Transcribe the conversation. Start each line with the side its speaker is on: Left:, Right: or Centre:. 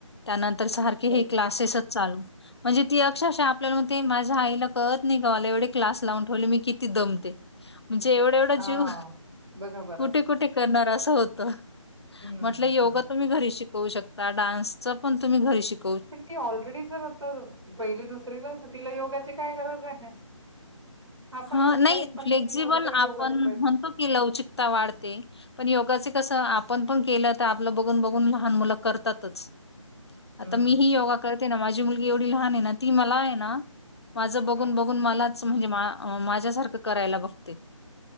Left: त्यानंतर तर सारखे हे
Right: वेगळं.
Left: क्लासेसच चालू म्हणजे ती अक्षरशः आपल्याला म्हणते माझ्या आईला कळत नाही का मला एवढे क्लास लावून ठेवले मी किती दमते म्हणजे एवढा एवढा
Right: हां,
Left: जीव
Right: बघा बरं.
Left: कुठे कुठे करणार अस होत
Right: हं,
Left: म्हटलं योगा
Right: हं.
Left: तुम्ही घरी शिकवू शक ता. डान्सचपण तुम्ही घरी शिक
Right: ती की ऑलरेडी जर पहिली दुसरीला आहे, तर तिला योगाची काय गरज आहे? आपण
Left: ह
Right: एवढे
Left: नाही, फ्लेक्सिबल
Right: आलो तरी योगाचा
Left: आपण
Right: प्रयत्न
Left: म्हणतो की लवचिकता वाढते. पण योगाचे तसं आपण पण केलं, तर आपलं बघून बघून लहान मुलं करतातच. आता
Right: हं,
Left: मीही योगा करते ना, माझी मुल गी एवढी लहान आहे ना, ती मला आहे ना माझं बघून
Right: हं.
Left: बघून मलाच म्हणजे मा माझ्यासारखं करायला बघते.